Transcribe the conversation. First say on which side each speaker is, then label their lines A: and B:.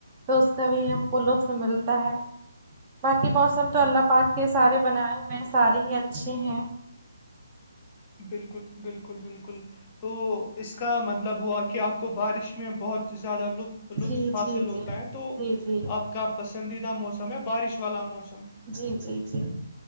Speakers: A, on the right (about 30°); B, on the left (about 25°).
A: تو اس کا بھی ہم کو لطف ملتا ہے باقی موسم تو اللہ پاک کے سارے بنائے ہوئے ہیں سارے ہی اچھے ہیں
B: بالکل بالکل بالکل تو اس کا مطلب ہوا کہ آپ کو بارش میں بہت زیادہ لط لطف
A: جی
B: حاصل
A: جی
B: ہوتا
A: جی
B: ہے تو
A: جی جی
B: آپ کا پسندیدہ موسم ہے بارش والا موسم
A: جی جی جی